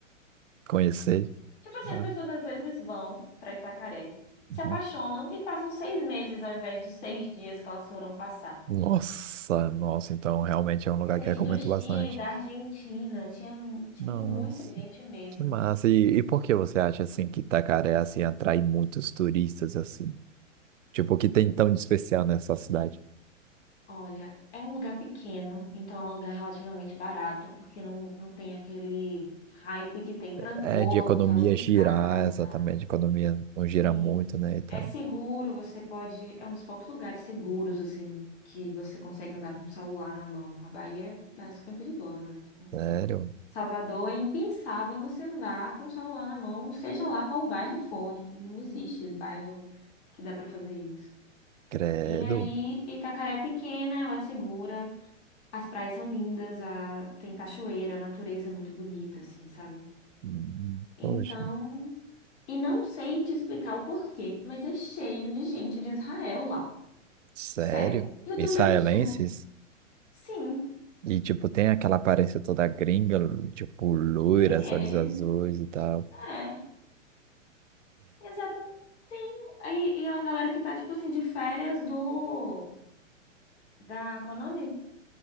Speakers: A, on the right; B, on the left.
A: Conhecer?
B: Tipo assim,
A: Ah,
B: as pessoas às vezes vão pra Itacaré, se
A: uhum.
B: apaixonam e passam seis meses ao invés dos seis dias que elas foram passar.
A: Nossa, nossa, então realmente é um lugar
B: Tinha gente
A: que eu recomendo
B: do Chile,
A: bastante.
B: da Argentina, tinha, um, tipo,
A: Nossa,
B: muita gente mesmo.
A: que massa. E, e por que você acha assim que Itacaré assim atrai muitos turistas assim? Tipo, o que tem tão de especial nessa cidade?
B: Olha, é um lugar pequeno, então é um lugar relativamente barato, porque não, não tem aquele hype que tem Trancoso,
A: É de economia
B: que é muito
A: girar,
B: caro e
A: exatamente.
B: tal.
A: a Economia não gira
B: E
A: muito, né, e tal.
B: é seguro, você pode. É um dos poucos lugares seguros, assim, que você consegue andar com o celular na mão. A Bahia é, é super perigosa, né? Tipo,
A: Sério?
B: Salvador é impensável você andar com o celular na mão, seja lá qual bairro for. Tipo, não existe bairro que dá pra fazer isso.
A: Credo?
B: E aí, Itacaré é pequena, ela é segura, as praias são lindas, a... tem cachoeira, a natureza é muito bonita, assim, sabe?
A: Hum,
B: Então,
A: Poxa,
B: e não sei te explicar o porquê, mas é cheio de gente de Israel lá.
A: sério?
B: Sério, eu
A: Israelenses?
B: tomei um susto. Sim,
A: E, tipo, tem aquela aparência toda gringa, tipo, loiras,
B: e eles.
A: olhos azuis e tal.
B: É, exatamente. Sim. Aí, e é uma galera que tá, tipo assim, de férias do. Da. Como é o nome?